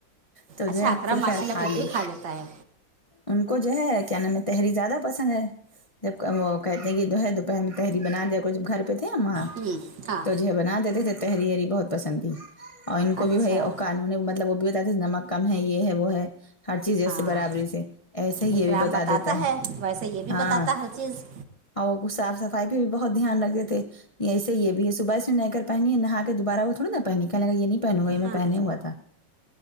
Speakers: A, on the left; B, on the right.
A: تو جو
B: اچھا
A: ہے
B: اکرم
A: پھر خیر
B: ماشاء اللہ کچھ
A: لی
B: بھی کھا لیتا ہے
A: ان کو جو ہے کیا نام ہے تحری زیادہ پسند ہے جب وہ کہتے ہیں کہ جو ہے دوپہر میں تحری بنا دیا کو جب گھر تھے وہاں
B: ہوں ہاں
A: تو جو ہے بنا دیتے تھے تحری یری بہت پسند ہے اور ان کو
B: اچھا
A: بھی بھائی قانونی مطلب وہ بھی بتیا تھے نمک کم ہے یہ ہے وہ ہے ہر چیز جیسے
B: ہاں
A: برابری سے ایسے ہی یہ
B: اکرام
A: بھی بتا
B: بتاتا
A: دیتا ہے
B: ویسے یہ بھی
A: ہاں
B: بتاتا ہر چیز
A: اور صاف صفائی پہ بھی بہت دھیان رکھتے تھے یہ ایسے یہ بھی ہے صبح سے میں نئے کر پہنی ہے نہا دوبارہ وہ تھوڑی نا پہنی کہنے لگا یہ نہیں پہنے گا یہ میں
B: ہاں
A: پہنے ہوا تھا